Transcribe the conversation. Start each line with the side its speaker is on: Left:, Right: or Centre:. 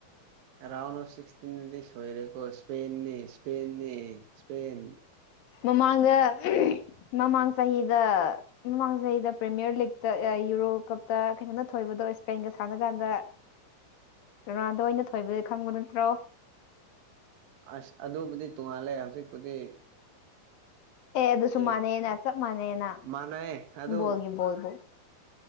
Right: ꯔꯥꯎꯟ ꯑꯣꯐ ꯁꯤꯁꯇꯤꯟꯗꯤ ꯁ ꯍꯥꯏꯔꯦꯀꯣ ꯁꯄꯦꯟꯅꯤ ꯏꯁꯄꯦꯟ ꯅ ꯁꯄꯦꯟ
Left: ꯃꯃꯥꯡꯗ ꯃꯃꯥꯡ ꯆꯍꯤꯗ ꯃꯃꯥꯡꯖꯦꯩꯗ ꯄ꯭ꯔꯤꯃꯤꯌꯔ ꯂꯤꯛꯇ ꯌꯨꯔꯣ ꯀꯞꯇ ꯀꯩꯅꯣꯅ ꯊꯣꯏꯕꯗꯣ ꯏꯁꯄꯦꯟꯒ ꯁꯥꯟꯅ ꯀꯥꯟꯗ
Right: <inaudible>
Left: ꯔꯥꯗꯣ ꯑ ꯑꯣꯏꯅ ꯊꯣꯏꯕꯗꯤ ꯈꯪꯕ ꯅꯠꯇ꯭ꯔꯣ
Right: ꯑꯁ ꯑꯗꯨꯕꯨꯗꯤ ꯇꯣꯉꯥꯜꯂꯦ ꯍꯧꯖꯤꯛꯄꯨꯗꯤ
Left: ꯑꯦ ꯑꯗꯨꯁꯨ
Right: ꯌꯦꯡ
Left: ꯃꯥꯟꯅꯩꯅ ꯆꯞ ꯃꯥꯟꯅꯩꯅ
Right: ꯃꯥꯟꯅꯩ ꯑꯗꯨ
Left: ꯕꯣꯜꯒꯤ ꯕꯣꯜꯕꯨ